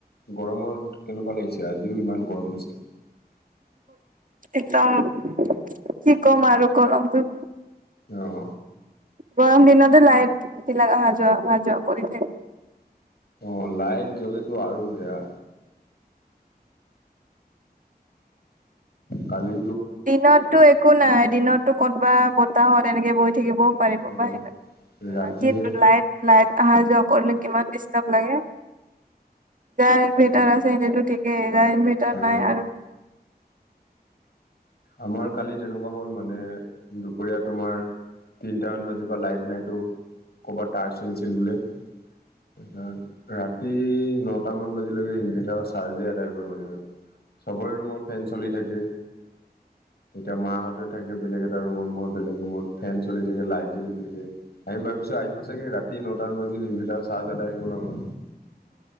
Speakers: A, on the left; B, on the right.
A: গৰমত কেনেকুৱা লাগিছে আজিও ইমান গৰম দিছে।
B: একদম কি কম আৰু গৰম টো
A: আহ
B: গৰম দিনতে লাইট বিলাক অহা যোৱা অহ যোৱা কৰি থাকে।
A: অ লাইট জ্বলেটো আৰু বেয়া কালি
B: দিনতটো একো নাই দিনততো কতবাত বতাহত এনেকে বৈ থাকিব। পাৰেব
A: অ
B: বাহ
A: ৰাতিহে
B: ৰাতি লাইট লাইট অহা যোৱা কৰিলে কিমান দিষ্টাৰ্ব লাগে। যাৰ ইনভাৰটাৰ আছে সেইটোতো ঠিকেই যাৰ ইনভাৰ্টাৰ
A: অ
B: নাই আৰু <inaudible>
A: আমাৰ কালি তেনেকুৱা হ'ল মানে দুপৰীয়া তোমাৰ তিনিটামান বাজিৰ লাইট নাইতো কৰবাত তাৰ ছিঙিছিল বোলে তাৰপিছত ৰাতি নটামান বাজিলৈকে ইনভাৰ্টাৰৰ চাৰ্জেই এদায় গ'ল মানে চবৰে ৰুমৰ ফেন চলি থাকে এতিয়া মাহঁতে থাকে বেলেগ এটা ৰুমত মই বেলেগ ৰুমত ফেন চলি থাকে লাইট জ্বলি থাকে আহিম তাৰ পিছত আহিব চাগে ৰাতি নটান বাজাত ইনভাৰটাৰ চাৰ্জ এদায় হৈ গ'ল আমাৰ